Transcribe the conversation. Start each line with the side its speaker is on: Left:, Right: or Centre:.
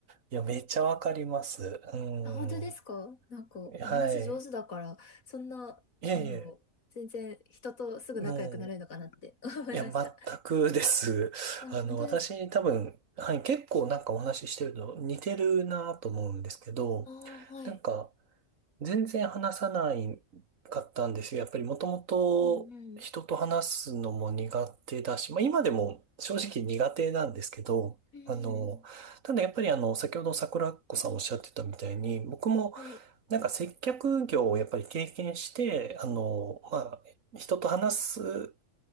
Right: いや、めっちゃわかります。うん。
Left: あ、本当ですかなんかお話上手だから、
Right: はい。
Left: そんな、
Right: いえいえ、
Left: あの、全然人とすぐ仲良くなれるのかなって思いました。
Right: もう、いや、全くです。<laughs>
Left: あ、
Right: あの、
Left: 本当ですかうん
Right: 私、多分、はい、結構なんかお話ししてると似てるなと思うんですけど、
Left: ああー、はい。
Right: なんか、全然話さないかったんですよ。やっぱりもともと人と話すのも苦手だし、
Left: うんうん。
Right: まあ今でも正直苦手なんですけど、
Left: うんうん。
Right: あの、ただやっぱりあの、先ほど桜子さんおっしゃってたみたいに、僕も
Left: あれ、
Right: なんか接客業をやっぱり経験して、あの、まあ、人と話す